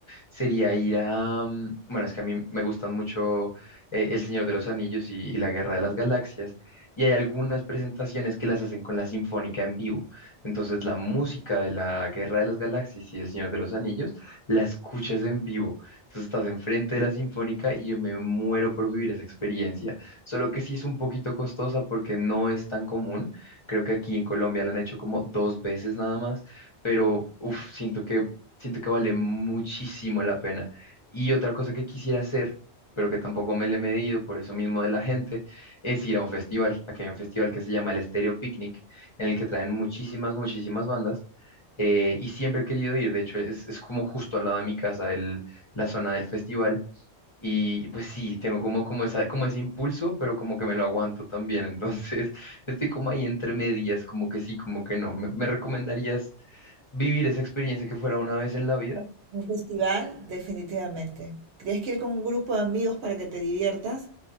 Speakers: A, on the left; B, on the right.
A: sería ir a... mm, Bueno, es que a mí me gustan mucho eh, El Señor de los Anillos y, y La Guerra de las Galaxias, y hay algunas presentaciones que las hacen con la Sinfónica en vivo. Entonces, la música de La Guerra de las Galaxias y El Señor de los Anillos la escuchas en vivo. Entonces, estás enfrente de la Sinfónica y yo me muero por vivir esa experiencia. Solo que sí es un poquito costosa porque no es tan común. Creo que aquí en Colombia la han hecho como dos veces nada más pero uf, siento que siento que vale muchísimo la pena. Y otra cosa que quisiera hacer, pero que tampoco me le he medido por eso mismo de la gente, es ir a un festival. Aquí hay un festival que se llama el Estéreo Picnic, en el que traen muchísimas, muchísimas bandas. eh, y siempre he querido ir, de hecho es, es como justo al lado de mi casa el, la zona del festival y pues sí, tengo como, como, esa, como ese impulso, pero como que me lo aguanto también. Entonces, <laughs> estoy como ahí entre medias, como que sí, como que no. ¿Me, me recomendarías vivir esa experiencia que fuera una vez en la vida?
B: Un festival, definitivamente. Tienes que ir con un grupo de amigos para que te diviertas.